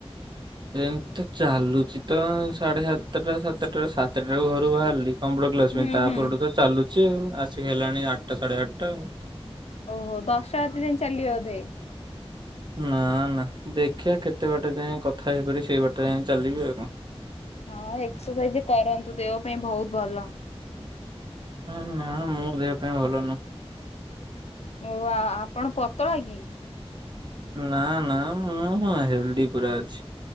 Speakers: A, on the right (about 45°); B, on the left (about 80°).
A: ଏମ ତ ଚାଲୁଛି ତ ସାଢେ ସାତଟା ସାତଟାରୁ ସାତଟା ରୁ ଘରୁ ବାହାରିଲି। କମ୍ପ୍ୟୁଟର କ୍ଲାସ
B: ହୁଁ
A: ପାଇଁ ତାପରଠୁ
B: ହୁଁ
A: ତ ଚାଲୁଛି ଆଉ ଆସିକି ହେଲାଣି ଆଠଟା ସାଢେ ଆଠଟା ଆଉ।
B: ଓହୋ ଦଶଟା ରାତି ଯାଇଁ ଚାଲିବ ବୋଧେ
A: ନା ନା ଦେଖିବା କେତେ ବାଟେ ଯାଇଁ କଥା ହେଇପାର ସେଇ ବାଟ ଯାଇ ଚାଲିବି ଆଉ କଣ।
B: ହଁ ଏକ୍ସରସାଇଜ କରନ୍ତୁ ଦେହ ପାଇଁ ବହୁତ ଭଲ।
A: ନା ନା ମୁଁ ଦେହ ପାଇଁ ଭଲ ନୁଁ।
B: ଓ ଆ ଆପଣ ପତଳା କି?
A: ନା ନା ମୁଁ ହେଲଦି ପୁରା ଅଛି।